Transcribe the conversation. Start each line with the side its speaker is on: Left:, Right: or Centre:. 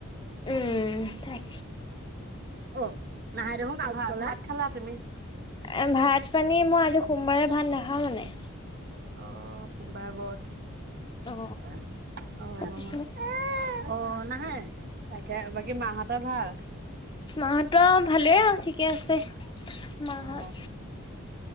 Left: উম তাকে।
Right: অ নাহাই দেখোন ভাত খালা তুমি।
Left: এ ভাত পানী মই আজি সোমবাৰে ভাত নাখাওঁ মানে।
Right: অহ সোমবাৰে ব্ৰথ
Left: অ
Right: অহ
Left: তাৰপিছত
Right: অহ। অ নাহে, তাকে বাকী মাহতৰ ভাল?
Left: মাহত ভালেই আউ ঠিকে আছে মাহত।
Right: অ